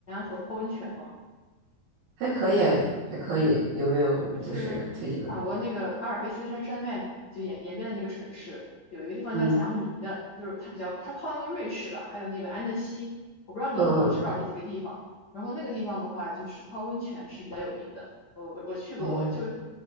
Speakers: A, on the left (about 75°); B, on the right (about 75°).
A: 泡温泉吗？
B: 还可以，还可以，有没有就是推荐的？
A: 就是法国那个阿尔卑斯山山脉就沿沿边的那个城市，有一个地方叫霞慕尼的，
B: 嗯。嗯
A: 就是它比较它靠那个瑞士吧，还有那个安德西，我不知道你知不知道这几个地方。
B: 嗯
A: 然后那个地方的话，就是泡温泉是比较有名的。呃，我我去过，
B: 哦，
A: 就